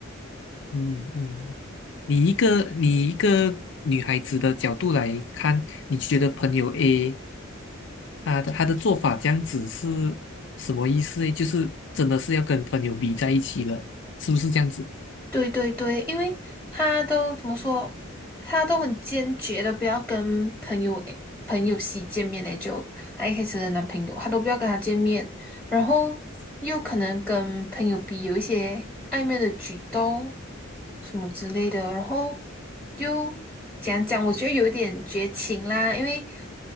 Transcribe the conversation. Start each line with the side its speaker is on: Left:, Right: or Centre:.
Left: 嗯嗯，你一个你一个女孩子的角度来看，你觉得朋友 A 他的他的做法这样子是什么意思诶？就是真的是要跟朋友 B 在一起了，是不是这样子？
Centre: 对对对，因为他都怎么说，他都很坚决的不要跟朋友诶朋友 C 见面嘞，就他一开始的男朋友，他都不要跟他见面，然后又可能跟朋友 B 有一些暧昧的举动什么之类的，然后就讲讲，我觉得有一点绝情啦，因为